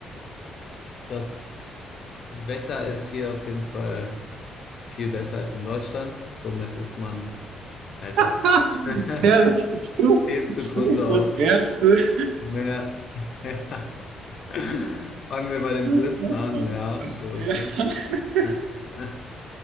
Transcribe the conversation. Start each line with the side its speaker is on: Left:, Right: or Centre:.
Left: das Wetter ist hier auf jeden Fall viel besser als in Deutschland. Somit ist man halt
Right: <laughs>
Left: auch <laughs>
Right: Ja, du
Left: dem zugrunde
Right: sprichst
Left: auch
Right: das erste.
Left: mehr. <laughs> <laughs> Fangen wir bei dem
Right: Das
Left: Größten
Right: Wetter.
Left: an, ja, so
Right: Ja.
Left: ist es. <laughs>